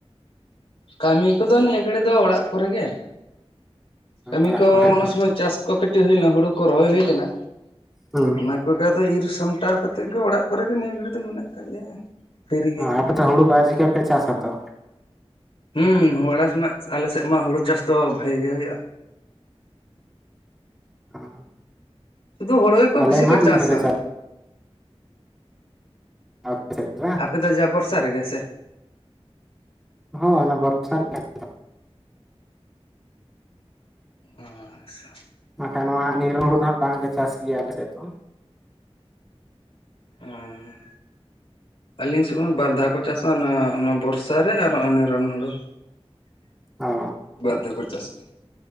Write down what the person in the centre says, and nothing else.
ᱚᱲᱟᱜ
ᱠᱚᱨᱮ
ᱜᱮ
ᱦᱩᱸ
ᱚ ᱟᱯᱮ ᱫᱚ ᱦᱩᱲᱩ ᱵᱟᱨ ᱡᱮᱠᱟ ᱯᱮ ᱪᱟᱥᱟ ᱛᱚ?
<unintelligible>
ᱟᱞᱮ
ᱢᱟ
ᱢᱤᱫ ᱫᱷᱟᱣ ᱞᱮ ᱟᱯᱮ ᱥᱮᱫ ᱫᱚ ᱵᱟᱝ
ᱦᱚᱸ ᱚᱱᱟ ᱵᱚᱨᱥᱟ ᱨᱮᱜᱮ᱾
ᱵᱟᱝᱠᱷᱟᱱ ᱱᱚᱣᱟ ᱱᱤᱨᱚᱱ ᱦᱩᱲ ᱫᱚ ᱦᱟᱸᱜ ᱵᱟᱝᱞᱮ ᱪᱟᱥ ᱜᱮᱭᱟ ᱟᱞᱮᱥᱮᱫ ᱫᱚ᱾
ᱚ